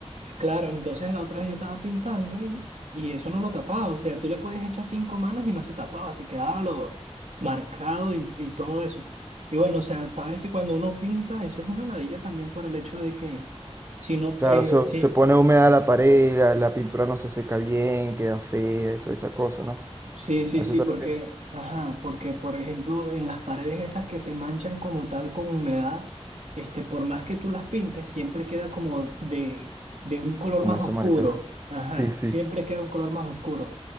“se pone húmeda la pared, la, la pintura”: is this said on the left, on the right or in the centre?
Right